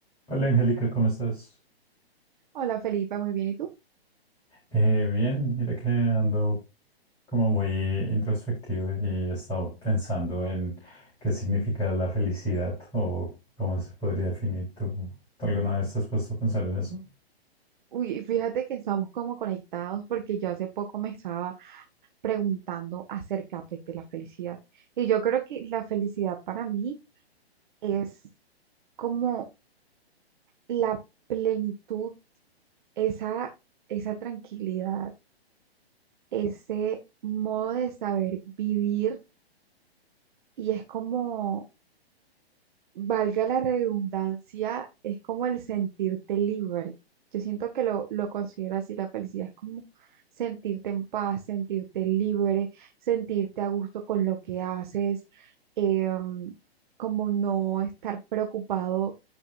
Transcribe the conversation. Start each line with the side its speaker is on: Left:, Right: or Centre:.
Left: Hola Angélica, ¿cómo estás?
Right: Hola Felipa, muy bien. ¿Y tú?
Left: Eh, bien, mira que ando como muy introspectivo y he estado pensando en qué significa la felicidad o cómo se podría definir. ¿Tú, tú alguna vez te has puesto a pensar en eso?
Right: Uy, fíjate que estamos como conectados porque yo hace poco me estaba preguntando acerca pues, de la felicidad. Y yo creo que la felicidad para mí es como la plenitud, esa, esa tranquilidad, ese modo de saber vivir y es como valga la redundancia, es como el sentirte libre. Yo siento que lo, lo considero así, la felicidad es como sentirte en paz, sentirte libre, sentirte a gusto con lo que haces, em, como no estar preocupado